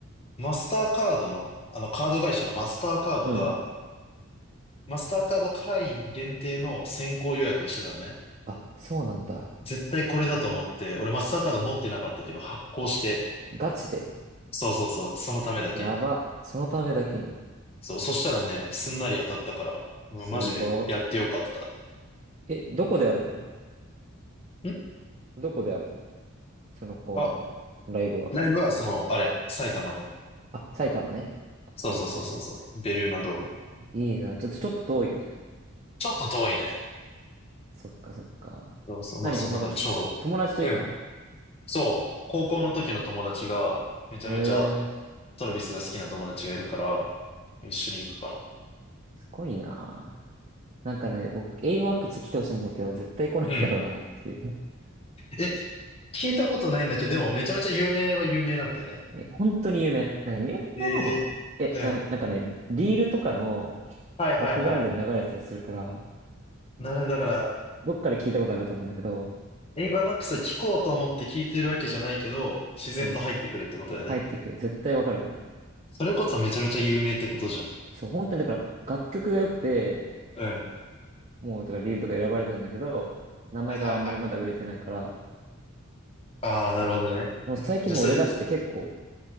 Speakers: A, on the left (about 30°); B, on the right (about 35°).
A: マスターカードの、あのカード会社のマスターカードが、
B: うん。
A: マスターカード会員限定の先行予約をしてたのね。
B: あ、そうなんだ。
A: 絶対これだと思って、俺マスターカード持ってなかったけど発行して、
B: ガチで。
A: そうそうそう、そのためだけに。
B: やば。そのためだけに。
A: そう、そしたらね、すんなり当たったから、もうマジでやってよかった。
B: すごい。え、どこでやるの
A: ん
B: どこでやるのその公演は。
A: あ、
B: ライブは。
A: ライブはその、あれ、埼玉の、
B: あ、埼玉ね。
A: そうそうそうそうそう、
B: はいはいは
A: ベルーナドーム。
B: い。いいな。ちょっと、ちょっと遠いね。
A: ちょっと遠いね。
B: そっかそっか。
A: そうそう、まあ、
B: 何なんかひ、
A: そんな感じ、超、
B: 友達と行くの
A: うん。そう、高校の時の友達が、めちゃめちゃ
B: へえ、
A: トラビスが好きな友達がいるから、一緒に行くかな。
B: すごいな。なんかね、僕、英語マックス来てほしいんだけど、絶対来ないだろうなっていう。
A: うん。え、聞いたことないんだけど、でもめちゃめちゃ有名は有名なんだよね。
B: え、本当に有名。なんか日本の、
A: ええうん。
B: え、な、なんかね、リールとかの
A: はいはいはい。
B: バックグラウンドに流れてたりするから、
A: なので、だから、
B: どっかで聞いたことあると思うんだけど、
A: エイバーマックス聞こうと思って聞いてるわけじゃないけど、自然と入ってくるってことだよね。
B: そう、入ってくる。絶対わかると思
A: それこそめちゃめちゃ有名ってことじゃん。
B: う。そう、本当にだから楽曲が良くて、
A: うん。
B: もうだからリールとか選ばれてるんだけど、名前があんまりまだ売れてないから、
A: はいはいはい。ああ、
B: そう。
A: なるほどね。
B: でも最近もう売れ出して結構、
A: じゃあ、それ、